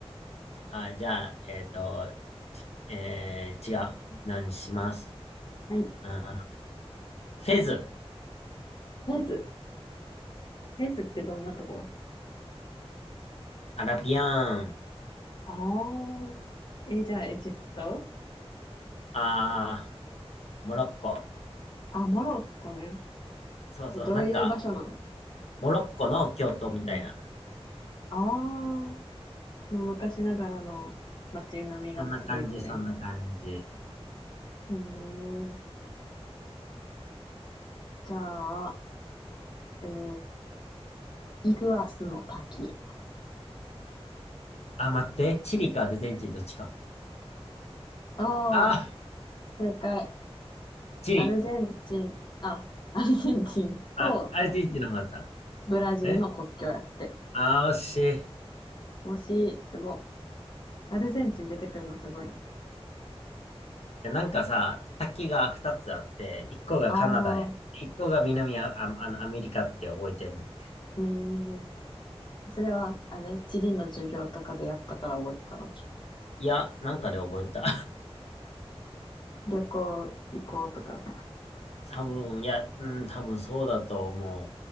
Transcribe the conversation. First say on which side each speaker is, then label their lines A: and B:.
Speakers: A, on the left; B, on the left.
A: あ、じゃあ、えっと、ちえー、違う。何します。
B: はい。
A: うん。フェズ、
B: フェズ。フェズってどんなとこ
A: アラビアーン、
B: ああー。え、じゃあエジプト
A: あー、モロッコ。
B: あ、モロッコね。
A: そうそう、
B: えどういう場所なの
A: なんか、モロッコの京都みたいな。
B: うん。ああ、もう昔ながらの街並みが続いてるみたいな。
A: そんな感じ、そんな感じ。
B: へえ、じゃあ、えーイグアスの滝。
A: あ、待って、チリかアルゼンチンどっちか。
B: ああ、
A: あー、
B: 正解。
A: チリ。
B: アルゼンチン、あ、アルゼンチンと
A: あ、アルゼンチンの方だった。
B: ブラジルの国境やって。
A: えあー、惜しい。い
B: 推し、すご。アルゼンチン出てくるのすごいな。
A: や、なんかさ、滝が2つあって、1個がカナダへ、
B: ああ、
A: 1個が南ア、あ、あの、アメリカって覚えてんね。
B: ええそれは、あれ、地理の授業とかでやったから覚えてた
A: いや、なんかで覚えた。
B: 旅行行こうとか。
A: 多分、いや、うん、多分そうだと思